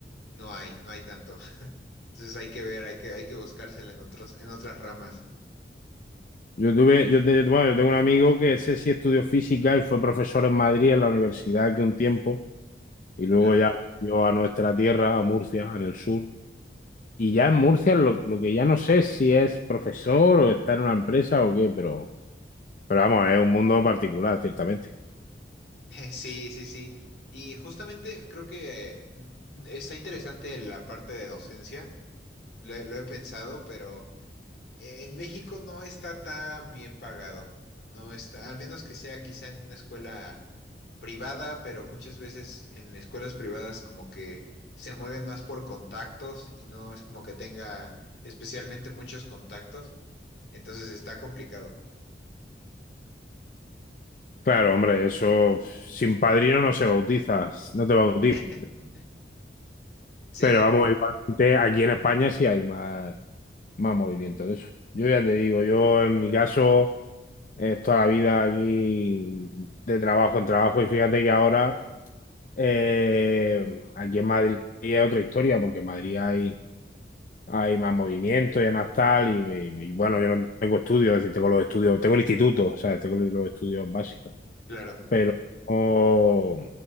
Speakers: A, on the left; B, on the left.
A: No hay, no hay tanto. <laughs> Entonces hay que ver, hay que, hay que buscársela en otros, en otras ramas.
B: Yo tuve, yo, te- bueno, yo tengo un amigo que ese sí estudió física y fue profesor en Madrid, en la universidad, aquí un tiempo, y luego
A: Claro.
B: ya
A: <laughs>
B: volvió a nuestra tierra, a Murcia, en el sur. Y ya en Murcia lo, lo que ya no sé es si es profesor o está en una empresa o qué, pero, pero vamos, es un mundo particular, ciertamente.
A: Sí, sí, sí. Y justamente creo que mm, está interesante la parte de docencia. Lo, he lo he pensado, pero En México no está tan bien pagado. No está, al menos que sea quizá en una escuela privada, pero muchas veces en escuelas privadas como que se mueven más por contactos y no es como que tenga especialmente muchos contactos. Entonces está complicado.
B: Claro, hombre, eso sin padrino no se bautiza, no te bautizas.
A: <laughs> Sí,
B: Pero vamos, igualmente aquí en España sí hay más. más movimiento de eso. Yo ya te digo, yo en mi caso es toda la vida aquí de trabajo en trabajo y fíjate que ahora eh, aquí en Madrid es otra historia porque en Madrid hay, hay más movimiento y hay más tal y, y- bueno, yo no tengo estudios, es decir, tengo los estudios, tengo el instituto, o sea, tengo los estudios básicos,
A: claro.
B: pero, oh,